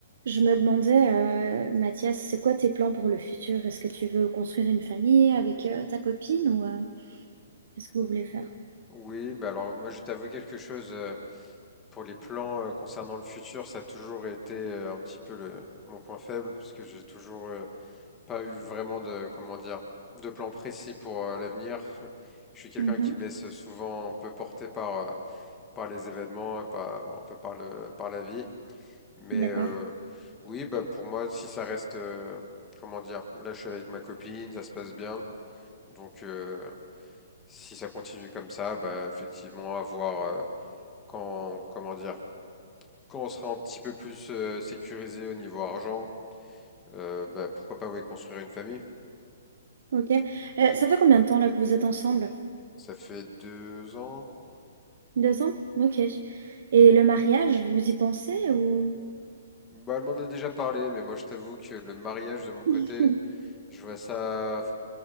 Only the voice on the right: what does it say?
Je me demandais, euh, Mathias, c'est quoi tes plans pour le futur? Est-ce que tu veux construire une famille avec euh, ta copine ou euh, qu'est-ce que vous voulez faire?
Mhm.
D'accord.
Ok. Euh, ça fait combien de temps là que vous êtes ensemble?
Deux ans? Ok. Et le mariage, vous y pensez ou...
<laughs>